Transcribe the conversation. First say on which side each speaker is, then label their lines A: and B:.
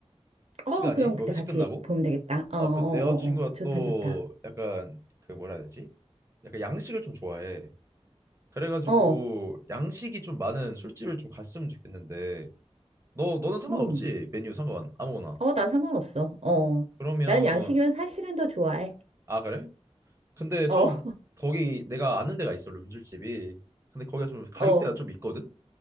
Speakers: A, on the right; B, on the right.
A: 어,
B: 시간이
A: 그럼
B: 요
A: 그때
B: 회식
A: 같이
B: 끝나고.
A: 보면 되겠다. 어,
B: 어,
A: 어, 어,
B: 그 내 여자친구가
A: 어. 좋다
B: 또
A: 좋다.
B: 약간 그 뭐라 해야 되지? 약간 양식을 좀 좋아해. 그래가지고
A: 어.
B: 양식이 좀 많은 술집을 좀 갔으면 좋겠는데 너 너는 상관없지?
A: 음.
B: 메뉴 상관 아무거나.
A: 어, 난 상관없어. 어.
B: 그러면
A: 난 양식이면 사실은 더 좋아해.
B: 아 그래? 근데
A: 어,
B: 좀 거기 내가 아는 데가 있어 룸술집이. 근데 거기가
A: <laughs>
B: 좀 가격대가
A: 어,
B: 좀 있거든.